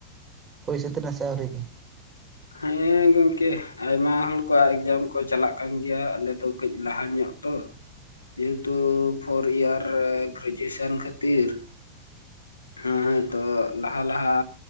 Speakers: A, on the right; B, on the left.
A: ᱦᱩᱭ ᱥᱟᱹᱛ ᱱᱟ ᱥᱮ ᱟᱹᱣᱨᱤ ᱜᱮ
B: ᱦᱮᱸ ᱜᱚᱝᱠᱮ ᱟᱭᱢᱟ ᱦᱚᱲ ᱠᱚᱣᱟᱜ ᱮᱠᱡᱟᱢ ᱠᱚ ᱪᱟᱞᱟᱜ ᱠᱟᱱ ᱜᱮᱭᱟ ᱟᱞᱮᱚ ᱠᱟᱹᱡᱽ ᱞᱟᱦᱟ ᱧᱚᱜ ᱛᱚ ᱡᱮᱦᱮᱛᱩ ᱯᱷᱳᱨ ᱤᱭᱟᱨ ᱜᱨᱮᱡᱩᱣᱮᱥᱟᱱ ᱠᱷᱟᱹᱛᱤᱨ ᱦᱮᱸ ᱛᱚ ᱞᱟᱦᱟ ᱞᱟᱦᱟ